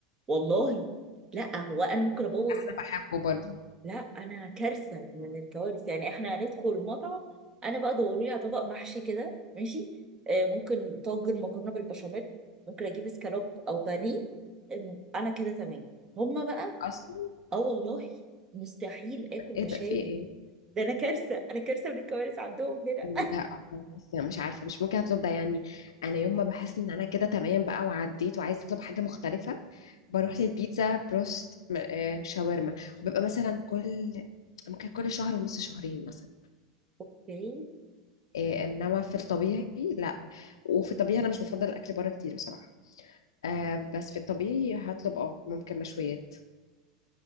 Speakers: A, on the right; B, on the left.
A: والله لا هو انا ممكن ابوظ
B: انا بحبه برضه
A: لا انا كارثه من الكوارث يعني احنا هندخل المطعم انا بقى دوري لي على طبق محشي كده ماشي آه ممكن طاجن مكرونه بالبشاميل ممكن اجيب اسكالوب او بانيه آم، انا كده تمام هما بقى
B: اصلا
A: اه والله مستحيل اكل مشاوي
B: ايه ده في ايه
A: ده انا كارثه انا كارثه من الكوارث عندهم هنا
B: لا خالص انا مش عارفه مش ممكن اطلب ده يعني انا يوم ما بحس ان انا كده تمام بقى وعديت وعايزه اطلب حاجه مختلفه بروح للبيتزا بروست م- آه، شاورما وببقى مثلا كل ممكن كل شهر ونص شهرين مثلا
A: <laughs>
B: آه، انما في الطبيعي لا وفي الطبيعي انا مش بفضل الاكل بره كتير بصراحه آه، بس في الطبيعي هطلب اه ممكن مشويات